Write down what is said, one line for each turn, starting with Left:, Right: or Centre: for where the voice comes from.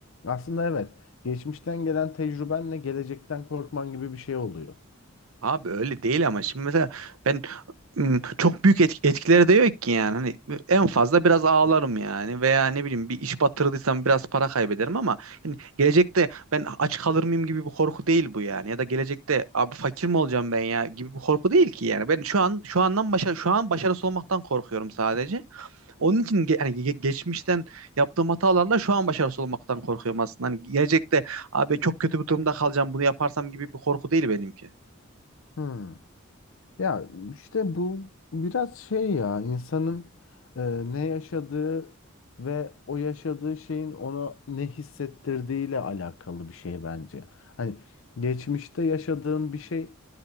Left: Aslında evet. Geçmişten gelen tecrübenle gelecekten korkman gibi bir şey oluyor.
Right: Abi öyle değil ama şimdi mesela ben ım, çok büyük etk- etkileri de yok ki yani. Hani en fazla biraz ağlarım yani veya ne bileyim bir iş batırdıysam biraz para kaybederim ama hani gelecekte ben aç kalır mıyım gibi bir korku değil bu yani. Ya da gelecekte abi fakir mi olacağım ben ya gibi bir korku değil ki yani. Ben şu an şu andan başa şu an başarısız olmaktan korkuyorum sadece. Onun için ge- hani ge- geçmişten yaptığım hatalarla şu an başarısız olmaktan korkuyorum aslında. Hani gelecekte abi çok kötü bir durumda kalacağım bunu yaparsam gibi bir korku değil benimki.
Left: Hmm. Ya işte bu biraz şey ya insanın e, ne yaşadığı ve o yaşadığı şeyin ona ne hissettirdiğiyle alakalı bir şey bence. Hani geçmişte yaşadığın bir şey